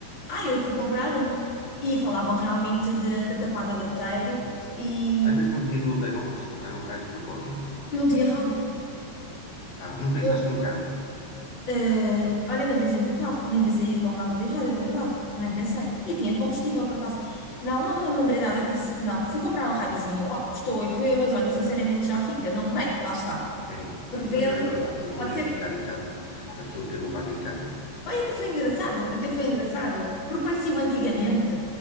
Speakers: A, on the left (about 30°); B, on the left (about 80°).
A: ah, eu fui comprar um. E falavam realmente de- da Tapada do Outeiro e
B: Às vezes, no dia do apagão, foste comprar um raio de propósito.
A: não tinha rádio.
B: Ah, não pensaste
A: Eu,
B: no carro.
A: eh, olha, nem pensei do carro, nem pensei em ir para o carro ouvir rádio, é verdade. Nem pensei. E tinha combustível, por acaso. Não, não, não me lembrei nada disso. Não, fui comprar um radiozinho. Oh, custou 8 euros, olha, sinceramente já fica. Não, bem, lá está.
B: É,
A: Prevendo,
B: isso também é verdade. É uma
A: pode
B: maneira
A: ser
B: de ficar em casa, da pessoa ter o rádio em casa.
A: Olha, até foi engraçado, até foi engraçado, porque parecia-me antigamente.